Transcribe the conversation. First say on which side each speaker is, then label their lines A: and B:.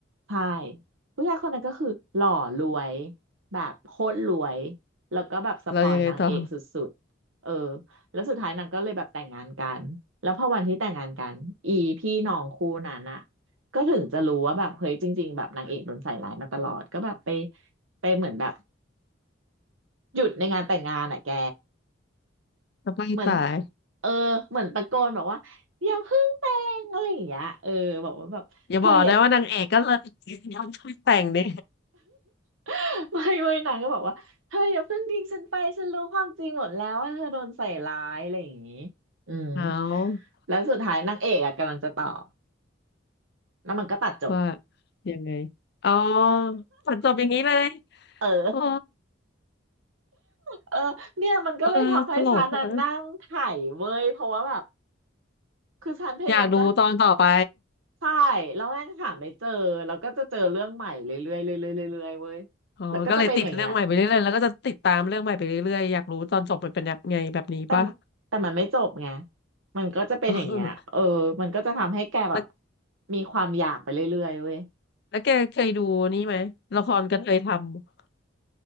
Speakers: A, on the right; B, on the left.
A: ใช่ผู้ชายคนนั้นก็คือหล่อรวยแบบโคตรรวยแล้วก็แบบสปอยนางเอกสุดๆเออ
B: เรายังไงต่อ
A: แล้วสุดท้ายนางก็เลยแบบแต่งงานกันแล้วพอวันที่แต่งงานกันอีพี่น้องคู่นั้นอะก็ถึงจะรู้ว่าแบบเฮ้ยจริงๆแบบนางเอกโดนใส่ร้ายมาตลอดก็แบบไปไปเหมือนแบบหยุดในงานแต่งงานอะแก
B: จะไปตาย
A: เหมือนเออเหมือนตะโกนบอกว่าอย่าเพิ่งแต่งอะไรอย่างเงี้ยเออบอกว่าแบบเธออย่า
B: อย่าบอกนะว่านางเอกก็เลย <laughs> ยอมช่วยแต่งดิ
A: <laughs> ไม่ไม่นางก็บอกว่าเธออย่าเพิ่งทิ้งฉันไปฉันรู้ความจริงหมดแล้วว่าเธอโดนใส่ร้ายอะไรอย่างงี้อืม
B: เอา
A: แล้วสุดท้ายนางเอกอะกำลังจะตอบแล้วมันก็ตัดจบ
B: ว่ายังไงอ๋อตอนจบอย่างนี้เลย
A: เออ
B: อ๋อ
A: เออเนี่ยมันก็เลยทำให้ฉันน่ะนั่งไถ
B: เออตลกอะ
A: เว้ยเพราะว่าแบบคือฉันพยายามจะ
B: อยากดูตอนต่อไป
A: ใช่แล้วแม่งหาไม่เจอแล้วก็จะเจอเรื่องใหม่เรื่อยๆเรื่อยๆเรื่อยๆเว้ย
B: อ๋อก็เลยติดเรื่องใหม่ไปเรื่อยๆแล้วก็จะติดตามเรื่องใหม่ไปเรื่อยๆอยากรู้ตอนจบมันเป็นยังไงแบบนี้ป่ะ
A: แล้วก็จะเป็นอย่างเงี้ย แต่มแต่มันไม่จบไงมันก็จะเป็นอย่างเงี้ยเออมันก็จะทำให้แกแบบ
B: <laughs> อ๋อแล้ว
A: มีความอยากไปเรื่อยๆเว้ย
B: แล้วแกเคยดูนี่ไหมละครกระเทยทำ